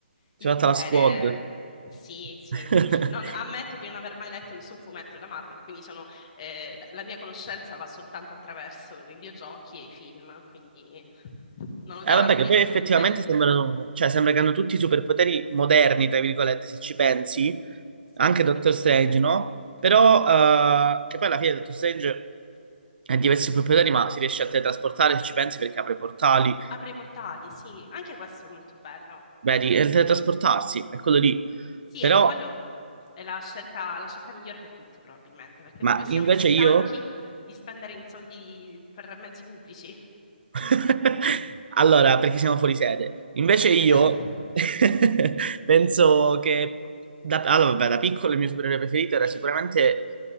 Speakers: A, on the right; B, on the left.
A: Si
B: il
A: è fatta
B: potere.
A: la squad.
B: Sì, sì.
A: <laughs>
B: Non- ammetto di non aver mai letto nessun fumetto della Marvel, quindi sono, eh, la la mia conoscenza va soltanto attraverso i videogiochi e i film, quindi non odiarmi.
A: Eh, vabbè, che poi
B: <laughs>
A: effettivamente
B: Se-
A: sembrano, cioè, sembra che hanno tutti i superpoteri moderni, tra virgolette, se ci pensi,
B: Sì.
A: anche Doctor Strange, no? Però, eh, che poi alla fine Doctor Strange ha diversi superpoteri, ma si riesce a teletrasportare, se ci pensi, perché apre portali.
B: Apre i portali, sì, anche questo è molto bello.
A: Vedi, è il teletrasportarsi, è quello lì.
B: Sì,
A: Però,
B: è- quello è la scelta, la scelta migliore per tutti, probabilmente, perché
A: ma
B: proprio siamo
A: invece
B: stanchi
A: io...
B: di spendere in soldi per mezzi pubblici.
A: <laughs> Allora, perché siamo fuori sede. Invece io
B: <laughs> Esatto.
A: <laughs> penso che da, allora, vabbè, da piccolo il mio supereroe preferito
B: <clears throat>
A: era sicuramente